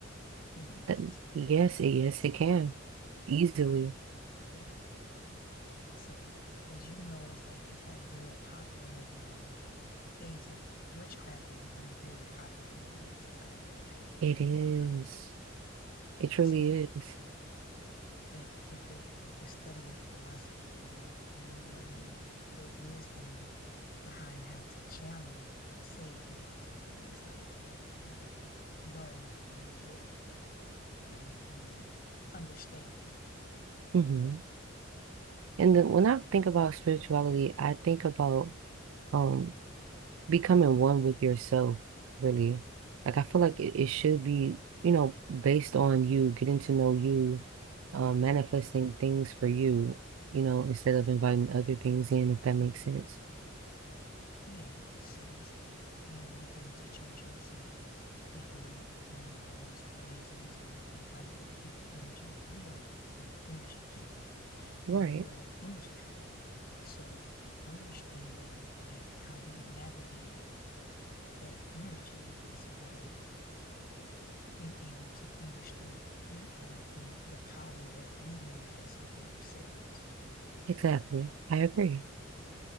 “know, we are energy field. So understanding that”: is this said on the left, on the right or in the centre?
Left